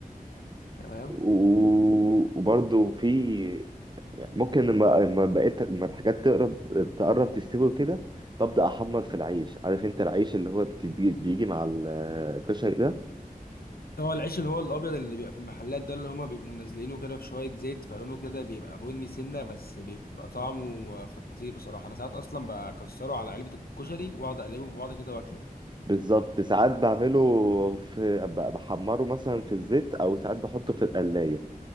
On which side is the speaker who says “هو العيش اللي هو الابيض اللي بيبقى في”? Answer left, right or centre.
Left